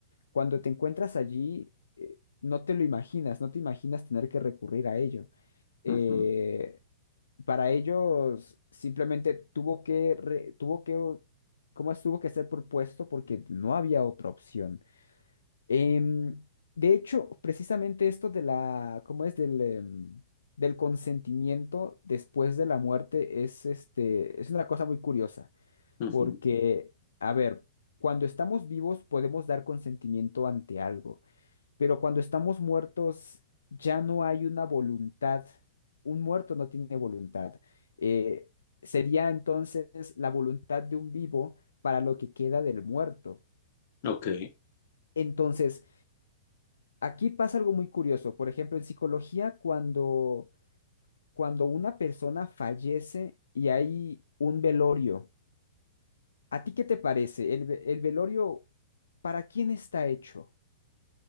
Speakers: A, on the left; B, on the left.
A: cuando te encuentras allí eh, no te lo imaginas, no te imaginas tener que recurrir a ello. eh,
B: Ujú,
A: para ellos simplemente tuvo que, re- tuvo que, ¿cómo es? Tuvo que ser propuesto porque no había otra opción. Em, de hecho, precisamente esto de la, ¿cómo es? Del, em, del consentimiento después de la muerte es, este, es una cosa muy curiosa
B: ujú.
A: porque, a ver, cuando estamos vivos podemos dar consentimiento ante algo. Pero cuando estamos muertos, ya no hay una voluntad. Un muerto no tiene voluntad. Eh, sería entonces la voluntad de un vivo para lo que queda del muerto.
B: Ok.
A: Entonces, aquí pasa algo muy curioso. Por ejemplo, en psicología, cuando, cuando una persona fallece y hay un velorio, ¿a ti qué te parece? ¿El, ve- el velorio para quién está hecho?